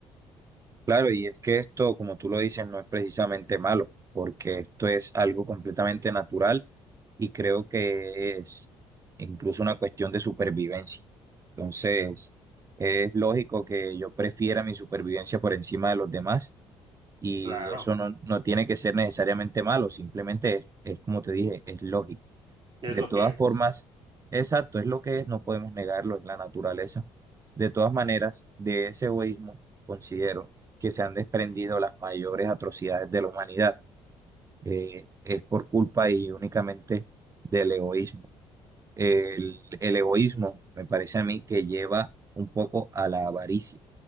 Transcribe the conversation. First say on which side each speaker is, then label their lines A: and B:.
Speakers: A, on the right; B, on the right.
A: Claro, y es que esto, como tú lo dices, no es precisamente malo, porque esto es algo completamente natural y creo que es incluso una cuestión de supervivencia. Entonces, es lógico que yo prefiera mi supervivencia por encima de los demás y
B: Claro,
A: eso no, no tiene que ser necesariamente malo, simplemente es, es como te dije, es lógico.
B: es
A: De
B: lo
A: todas
B: que es.
A: formas, exacto, es lo que es, no podemos negarlo, es la naturaleza. De todas maneras, de ese egoísmo considero que se han desprendido las mayores atrocidades de la humanidad. Eh, es por culpa y únicamente del egoísmo. El, el egoísmo me parece a mí que lleva un poco a la avaricia,